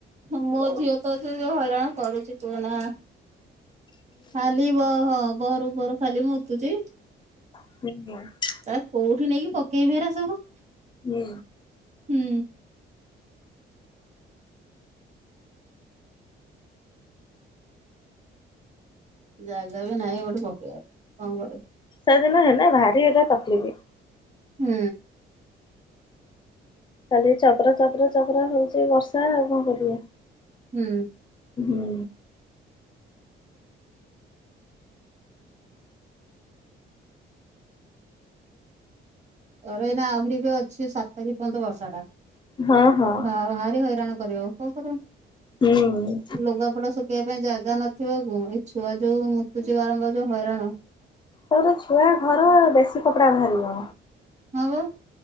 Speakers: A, on the right (about 35°); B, on the left (about 25°).
A: ମୋ ଝିଅ ତ ଯୋଉ ହଇରାଣ କରୁଛି କୁହନା। ଖାଲି ବ ହଁ ବହରୁ ବୋରୁ ଖାଲି ମୁତୁଛି।
B: ଆଜ୍ଞା <inaudible>
A: ଆ କୋଉଠି ନେଇକି ପକେଇବି ହେରା ସବୁ?
B: ହୁଁ
A: ହୁଁ ଜାଗା ବି ନାହିଁ ଗୋଟେ ପକେଇଆକୁ କଣ କରି
B: ସେଦିନ ହେଲା ଭାରି ଏଟା ତକଲିଫ୍।
A: ହୁଁ।
B: କାଲି ଚପର ଚପର ଚପର ହଉଚି ବର୍ଷା ଆଉ କଣ କରିଆ?
A: ହୁଁ।
B: ହୁଁ
A: ତରେ ଏଇନା ଆହୁରି ବି ଅଛି ସାତ ତାରିଖ ପର୍ଯ୍ୟନ୍ତ ବର୍ଷ ଟା।
B: ହଁ ହଁ
A: ମା ଭାରି ହଇରାଣ କରିବ କଣ କରିବା?
B: ହୁଁ
A: ଲୁଗାପଡା ଶୁ ଶୁଖେଇଆ ପାଇଁ ଜାଗା ନଥିବ ପୁ ଏଇ ଛୁଆ ଯୋଉ ମୁତୁଛି ବାରମ୍ବାର ଯୋଉ ହଇରାଣ
B: ତୋର ଛୁଆ ଘର ବେଶୀ କପଡା ବାହାରିବ।
A: ହଁ ବା।